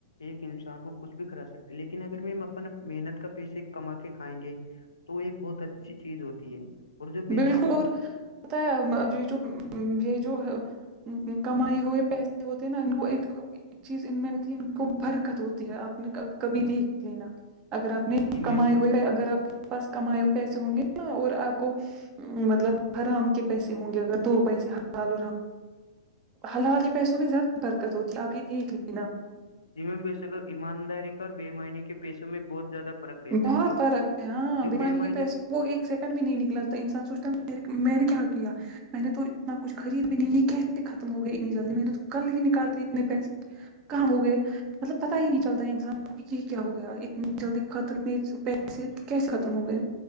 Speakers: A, on the left (about 75°); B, on the right (about 25°).
A: ایک انسان کو کچھ بھی کرا سکتے لیکن اگر میں اپنا محنت کا پیشے کما کے کھائیں گے تو ایک بہت اچھی چیز ہوتی ہے اور جو بےمانی
B: بالکل اور پتا ہے یہ جو یہ جو کمائے ہوئے پیسے ہوتے نا ان کو ایک ایک چیز ان میں ہوتی ہے کو برکت ہوتی ہے آپ نے کبھی دیکھ لینا اگر آپ نے
A: جی میم
B: کمائے
A: بے
B: ہوئے
A: شک
B: اگر آپ کے پاس کمائے ہوئے پیسے ہوں گے ن اور آپ کو مطلب حرام کے پیسے ہوں گے اگر دو پیسے حلال حلال کے پیسوں میں زیادہ برکت ہوتی ہے آپ یہ دیکھ لینا
A: جی میم بے بشک ایمانداری اور بے ایمانی کے پیسوں میں بہت زیادہ فرق رہتا
B: بہت
A: ہے جو
B: فرق ہے ہاں
A: جو
B: بیمانی
A: بےمعنی
B: کے پیسے وہ ایک سیکنڈ بھی نہیں نکلا تھا انسان سوچتا میں نے کیا کیا میں نے تو اتنا کچھ خرید بھی نہیں کیسے ختم ہو گئی اتنی جلدی میں نے تو کل ہی نہیں نکالتے اتنے پیسے کہاں ہو گئے مطلب پتاہ ہی نہیں چلتا انسان کو یہ کیا ہو گیا اتنی جلدی ختم نہیں پیسے کیسے ختم ہو گئے